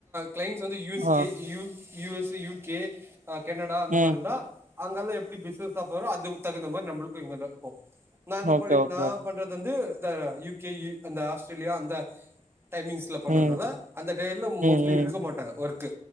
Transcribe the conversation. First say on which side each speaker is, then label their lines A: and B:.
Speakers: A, on the right (about 20°); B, on the right (about 80°).
A: கிளைண்ட்ஸ் வந்து யூ எஸ்
B: ஆ
A: கே யூ யூ எஸ் ஸு யூ கே அ கனடா அந்த
B: ம்
A: மாரி இருந்தா அங்கெல்லா எப்டி பிசினஸ் ஆஃபறோ அதுக்கு தகுந்த மாரி நம்மக்கு இங்கதா இருக்கு நாங்க
B: ஓகே
A: படிக்
B: ஓகே
A: ந பண்றது வந்து இந்த யூ கே அந்த ஆஸ்திரேலியா அந்த டைமிங்ஸ்ல பண்றதுனால
B: ம்
A: அந்த டேல
B: ம்
A: மோஸ்ட்லி
B: ம்
A: இருக்க மாட்டாங்க ஒர்க்